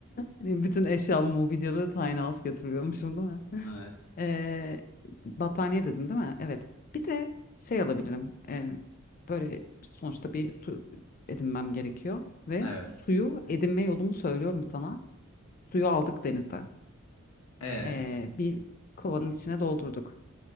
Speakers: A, on the left (about 40°); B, on the left (about 85°).
A: Hani Bütün eşyalı mobilyalı Tiny House getiriyormuşum değil mi? <laughs>
B: Evet.
A: Ee, battaniye dedim değil mi? Evet. Bir de şey alabilirim. Ee, böyle sonuçta bir su edinmem gerekiyor. Ve
B: Evet.
A: suyu edinme yolumu söylüyorum sana. Suyu aldık denizden.
B: E
A: Ee, bir kovanın içine doldurduk.